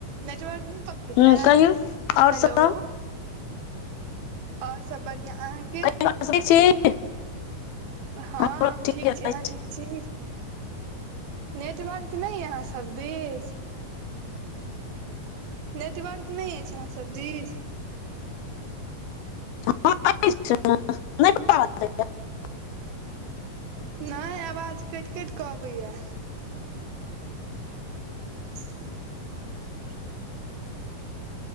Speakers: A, on the right; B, on the left.
A: नेटवर्क नै पकड़े
B: हूँ
A: या
B: कहियौ आओर
A: हेलो।
B: सब
A: और सब बढ़ियां अहाँके
B: कहियौ ठीक छी।
A: हां
B: हमरो
A: हम
B: ठीके
A: ठीक
B: अछि
A: छी, अहाँ ठीक छी। नेटवर्क नै अय अहाँ सब दिस। नेटवर्क नै एछ अहाँ सब दिस।
B: <unintelligible>
A: नै अवाज कैएट-कैएट क अबैया। <inaudible>